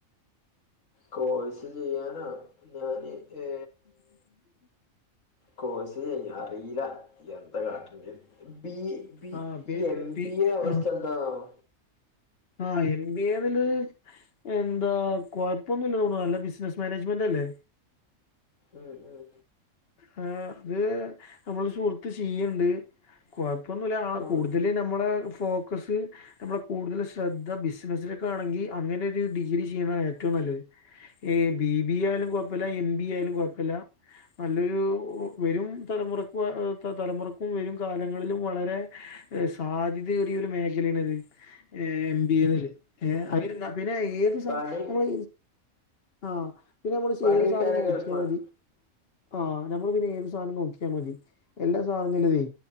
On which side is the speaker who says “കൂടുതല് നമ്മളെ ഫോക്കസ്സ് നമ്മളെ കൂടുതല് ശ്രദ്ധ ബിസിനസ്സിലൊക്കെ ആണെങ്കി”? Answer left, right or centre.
Left